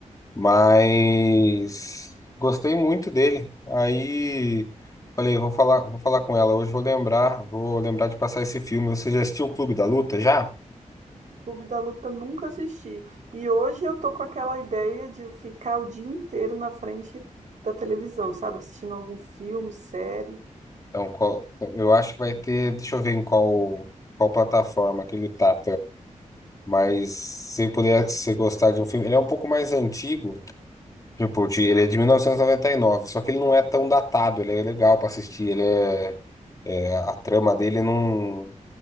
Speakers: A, on the left; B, on the right.
A: mas gostei muito dele. Aí falei, vou falar, vou falar com ela hoje, vou lembrar, vou lembrar de passar esse filme. Você já assistiu o Clube da Luta já?
B: Clube da Luta nunca assisti. E hoje eu tô com aquela ideia de ficar o dia inteiro na frente da televisão, sabe? Assistindo algum filme, série.
A: Então, qual- eu acho que vai ter, deixa eu ver em qual, qual plataforma que ele tá. Mas se puder se gostar de um filme, ele é um pouco mais antigo, tipo, de- ele é de 1999, só que ele não é tão datado, ele é legal pra assistir, ele é é, a trama dele não